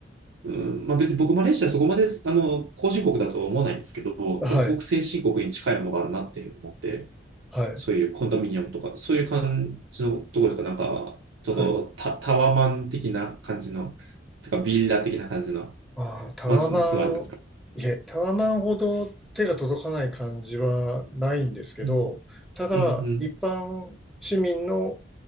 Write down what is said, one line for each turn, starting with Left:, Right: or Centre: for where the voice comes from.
Right: うん、まあ別に僕、マレーシアはそこまで、あの、後進国だとは思わないんですけど、
Centre: はい。
Right: ただすごく先進国に近いものがあるなって思って、
Centre: はい。
Right: そういうコンドミニアムとか、そういう感じのところですかなんか、ちょっとタ、
Centre: はい。
Right: タワマン的な感じの、てかビラ的な感じの
Centre: ああ、タワマン、
Right: マンションに住まれたんですか
Centre: いえ、タワマンほど手が届かない感じはないんですけど、
Right: うん、
Centre: ただ、
Right: うん、
Centre: 一般市民の